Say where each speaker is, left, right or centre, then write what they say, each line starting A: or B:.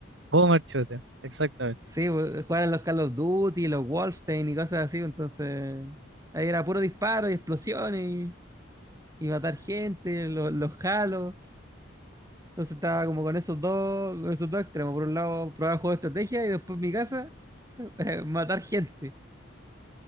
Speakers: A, on the right; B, on the right.
A: Boomer Shooter, exactamente.
B: Sí, pues, jugar a los Call of Duty, los Wolfenstein y cosas así, entonces ahí era puro disparo y explosiones y, y matar gente, los, los Halo. Entonces estaba como con esos dos, con esos dos extremos. Por un lado, probar juegos de estrategia y después en mi casa, <laughs> eh, matar gente.